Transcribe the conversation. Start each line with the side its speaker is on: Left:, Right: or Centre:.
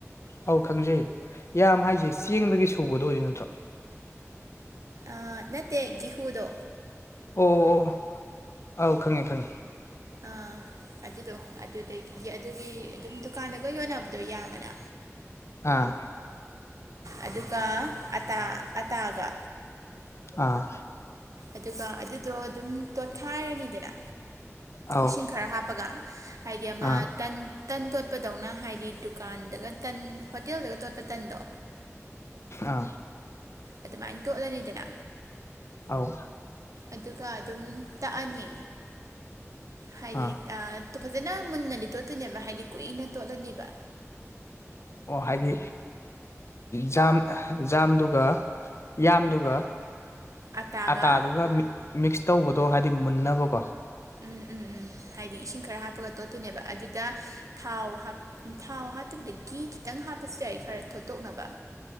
Left: ꯑꯧ ꯈꯪꯖꯩꯌꯦ ꯌꯥꯝ ꯍꯥꯏꯁꯦ ꯆꯦꯡꯗꯒꯤ ꯁꯨꯕꯗꯣ ꯑꯣꯏꯗꯣꯏ ꯅꯠꯇ꯭ꯔꯣ꯫
Right: ꯑꯥ ꯅꯠꯇꯦ ꯒꯦꯍꯨꯗꯣ꯫
Left: ꯑꯣ ꯑꯣ ꯑꯧ ꯈꯪꯉꯦ ꯈꯪꯉꯦ꯫
Right: ꯑꯥ꯫ ꯑꯗꯨꯗꯣ ꯑꯗꯨꯗꯒꯤ ꯑꯗꯨꯒꯤ ꯑꯗꯨꯝ ꯗꯨꯀꯥꯟꯗꯒ ꯌꯣꯟꯅꯕꯗꯣ ꯌꯥꯝꯑꯅ꯫
Left: ꯑꯥ꯫
Right: ꯑꯗꯨꯒ꯫ ꯑꯇꯥ ꯑꯇꯥꯒ
Left: ꯑꯥ꯫
Right: ꯑꯗꯨꯒ ꯑꯗꯨꯗꯣ ꯑꯗꯨꯝ ꯇꯣꯠꯈꯥꯏꯔꯅꯤꯗꯅ꯫
Left: ꯑꯧ
Right: ꯏꯁꯤꯡ ꯈꯔ ꯍꯥꯞꯄꯒ ꯍꯥꯏꯗꯤ ꯑꯃ
Left: ꯑꯥ
Right: ꯇꯟ꯫ ꯇꯟ ꯇꯣꯠꯄꯗꯧꯅ ꯍꯥꯏꯗꯤ ꯗꯨꯀꯥꯟꯗꯒ ꯇꯟ ꯍꯣꯇꯦꯜꯗꯒ ꯇꯣꯠꯄ ꯇꯟꯗꯣ꯫
Left: ꯑꯥ꯫
Right: ꯑꯗꯨꯃꯥꯏꯅ ꯇꯣꯠꯂꯅꯤꯗꯅ꯫
Left: ꯑꯧ꯫
Right: ꯑꯗꯨꯒ ꯑꯗꯨꯝ ꯇꯛꯑꯅꯤ ꯍꯥꯏꯗꯤ
Left: ꯑꯥ
Right: ꯑ꯫ ꯐꯖꯅ ꯃꯨꯟꯅꯗꯤ ꯇꯣꯠꯇꯣꯏꯅꯦꯕ ꯍꯥꯏꯗꯤ ꯀꯨꯏꯅ ꯇꯣꯠꯂꯅꯤꯕ꯫
Left: ꯑꯣ ꯍꯥꯏꯗꯤ ꯖꯥꯝ ꯖꯥꯝꯗꯨꯒ ꯌꯥꯝꯗꯨꯒ꯫
Right: ꯑꯇꯥꯒ
Left: ꯑꯇꯥꯗꯨꯒ ꯃꯤꯛꯁ ꯇꯧꯕꯗꯣ ꯍꯥꯏꯕꯗꯤ ꯃꯨꯟꯅꯕꯀꯣ꯫
Right: <unintelligible> ꯍꯥꯏꯗꯤ ꯏꯁꯤꯡ ꯈꯔ ꯍꯥꯞꯄꯒ ꯇꯣꯠꯇꯨꯅꯦꯕ ꯑꯗꯨꯗ ꯊꯥꯎ ꯊꯥꯎ ꯍꯥꯞꯇꯕꯗ ꯒꯤ ꯈꯤꯇꯪ꯫ ꯅꯪ ꯍꯥꯞꯄꯁꯤꯗ ꯑꯩ ꯈꯔ ꯊꯣꯠꯇꯣꯛꯅꯕ